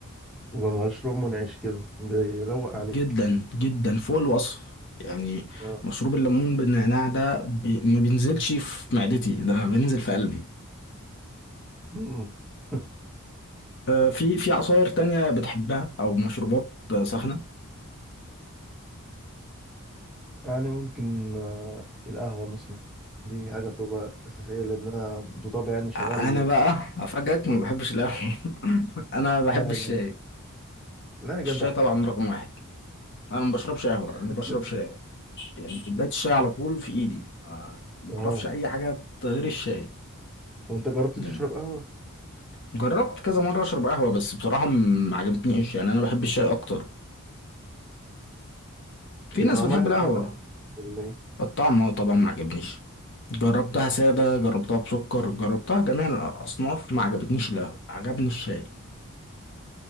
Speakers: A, in the centre; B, on the left (about 55°).
A: يبقى مشروع منعش كده بيروق عليك
B: جدا جدا فوق الوصف يعني
A: آه.
B: مشروب الليمون بالنعناع ده بي ما بينزلش في معدتي ده بينزل في قلبي
A: أمم. <laughs>
B: آه في في عصاير تانية بتحبها او مشروبات آه، ساخنه
A: يعني ممكن آه، القهوة مثلا دي حاجة بتبقى أساسية لأن أنا بطبعي يعني شغال
B: انا بقى افاجئك ما بحبش القهوه <laughs> انا ما بحبش
A: لا يا جدع
B: الشاي
A: لا يا جدع
B: الشاي طبعا رقم واحد انا ما بشربش قهوه انا
A: <laughs>
B: بشرب شاي يعني كوبايه الشاي على طول في ايدي آه، ما
A: اه
B: اعرفش اي حاجه غير الشاي
A: طب أنت جربت
B: يعني.
A: تشرب قهوة؟
B: جربت كذا مره اشرب قهوه بس بصراحه م- ما عجبتنيش يعني انا بحب الشاي اكتر في
A: هي
B: ناس
A: طعمها
B: بتحب
A: يعني
B: القهوه
A: ما عجبك ولا
B: الطعم هو طبعا ما عجبنيش جربتها
A: إيه؟
B: ساده جربتها بسكر جربتها جميع الاصناف ما عجبتنيش القهوه عجبني الشاي